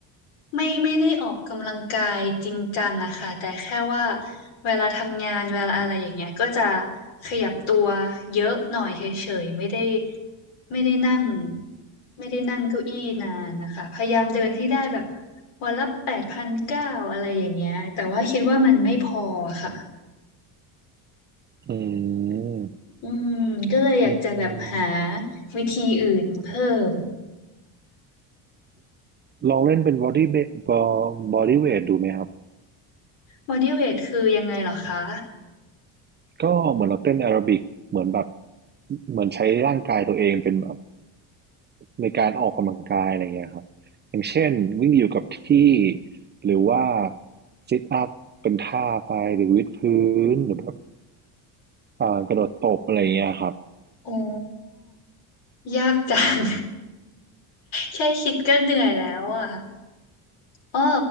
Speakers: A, on the left; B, on the right.
A: ไม่ไม่ได้ออกกำลังกายจริงจังอะค่ะแต่แค่ว่าเวลาทำงานเวลาอะไรอย่างเงี้ยก็จะขยับตัวเยอะหน่อยเฉยๆไม่ได้ไม่ได้นั่งไม่ได้นั่งเก้าอี้นานนะคะพยายามเดินให้ได้แบบวันละแปดพันเก้าอะไรอย่างเงี้ยแต่ว่าคิดว่ามันไม่พอค่ะ
B: อืม
A: อืมก็เลยอยากจะแบบหา
B: อืม
A: วิธีอื่นเพิ่ม
B: ลองเล่นเป็น body weight body weight ดูไหมครับ
A: body w e i g คือยังไงเหรอคะ
B: ก็เหมือนเราเต้นแอโรบิกเหมือนแบบเหมือนใช้ร่างกายตัวเองเป็นแบบในการออกกำลังกายอะไรเงี้ยครับอย่างเช่นวิ่งอยู่กับที่หรือว่าซิทอัพเป็นท่าไปหรือวิดพื้นหรือแบบอ่ากระโดดตบอะไรเงี้ยครับ
A: โอ้ยากจัง <laughs> แค่คิดก็เหนื่อยแล้วอ่ะอ๋อ